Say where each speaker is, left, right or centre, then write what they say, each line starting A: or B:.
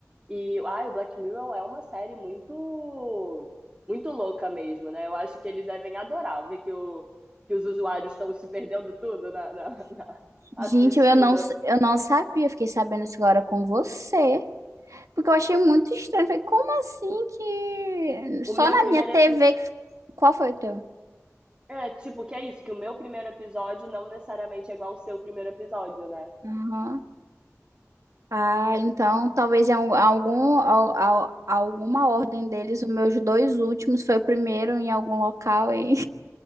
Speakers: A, on the right; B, on the right.
A: E ai, o Black Mirror é uma série muito muito louca mesmo, né? Eu acho que eles devem adorar ver que, o, que os usuários estão se perdendo tudo na, na- na- <laughs> assistindo.
B: Gente, eu não, eu não sabia, fiquei sabendo isso agora com você. Porque eu achei muito estranho. Falei, como assim que. Só
A: O meu
B: na
A: primeiro
B: minha TV
A: episódio.
B: que. Qual foi o teu?
A: É, tipo, que é isso, que o meu primeiro episódio não necessariamente é igual ao seu primeiro episódio, né?
B: Aham. Ah, então talvez em al- algum, al- al- alguma ordem deles, os meus dois últimos foi o primeiro em algum local e